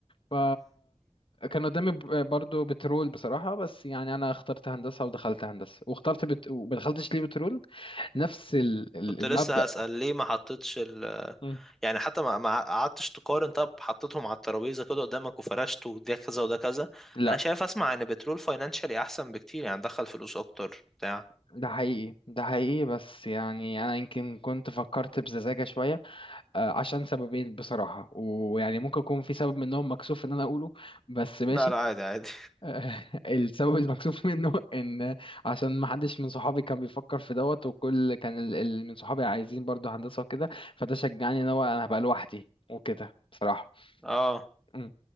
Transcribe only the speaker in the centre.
كنت
لسه هسأل ليه ما حطيتش ال
يعني حتى ما ما قعدتش تقارن طب حطيتهم على الترابيزه كده قدامك وفرشت وده كذا وده كذا
انا شايف اسمع ان بترول فاينانشالي احسن بكتير يعني دخل فلوس اكتر بتاع
لا لا عادي عادي
اه